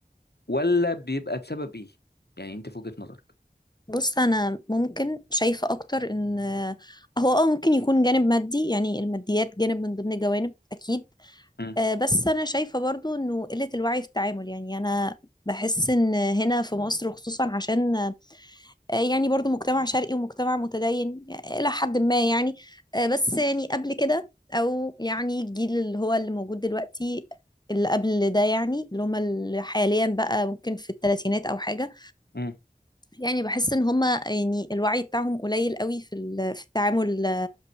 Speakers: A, on the left; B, on the left.
A: ولا بيبقى بسبب ايه يعني انت في وجهة نظرك
B: بص انا ممكن شايفه اكتر ان هو اه ممكن يكون جانب مادي يعني الماديات جانب من ضمن جوانب اكيد
A: مم.
B: آه، بس انا شايفه برضو انه قله الوعي في التعامل يعني انا بحس ان هنا في مصر خصوصا عشان آه، يعني برضو مجتمع شرقي ومجتمع متدين الى حد ما يعني آه، بس يعني قبل كده او يعني الجيل اللي هو اللي موجود دلوقتي اللي قبل ده يعني اللي هم اللي حاليا بقى ممكن في الثلاثينات او حاجه
A: مم.
B: يعني بحس ان هما يعني الوعي بتاعهم قليل قوي في ال- في التعامل